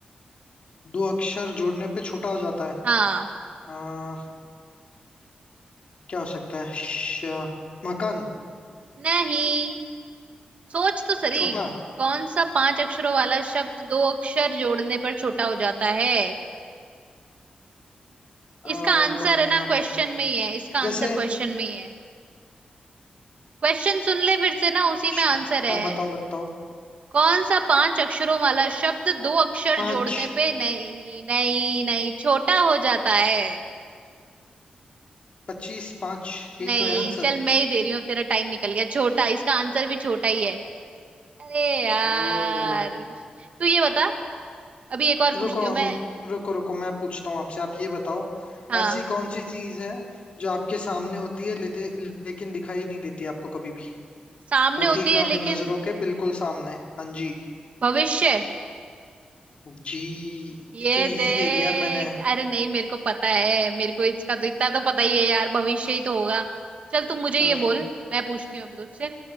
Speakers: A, on the left (about 45°); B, on the right (about 50°).
A: दो अक्षर जोड़ने पे छोटा हो जाता है
B: हाँ
A: आ, क्या हो सकता है श, मकान
B: नहीं सोच तो सही
A: तो छोटा
B: कौन सा पांच अक्षरों वाला शब्द दो अक्षर जोड़ने पर छोटा हो जाता है
A: आ,
B: इसका आंसर
A: कमियां
B: है ना क्वेश्चन
A: कमी
B: में ही है इसका आंसर
A: जैसे
B: क्वेश्चन में ही है क्वेश्चन सुन ले फिर से ना उसी
A: छ-
B: में आंसर
A: हाँ
B: है
A: बताओ बताओ
B: कौन सा पांच अक्षरों वाला शब्द दो अक्षर
A: पाँच
B: जोड़ने पे नहीं नहीं नहीं छोटा हो जाता है
A: पच्चीस पाँच यही
B: नहीं
A: तो है आंसर
B: चल मैं ही दे रही हूँ तेरा टाइम निकल गया छोटा इसका आंसर भी छोटा ही है अरे यार
A: ओ
B: तू ये बता अभी एक और पूछती
A: रुको
B: हूँ
A: अम,
B: मैं
A: रुको रुको मैं पूछता हूँ आपसे आप ये बताओ
B: हाँ
A: ऐसी कौन सी चीज है जो आपके सामने होती है लेते, लेकिन दिखाई नहीं देती आपको कभी भी
B: सामने
A: होती
B: होती
A: है एकदम
B: है लेकिन
A: आपकी नजरों के बिल्कुल सामने हाँ जी
B: भविष्य
A: जी
B: ये
A: ये तो
B: देख
A: इजी दे दिया यार मैंने
B: अरे नहीं मेरे को पता है मेरे को इसका तो इतना तो पता ही है यार भविष्य ही तो होगा चल तू मुझे
A: हम्म
B: ये बोल मैं पूछती हूँ अभी तुझसे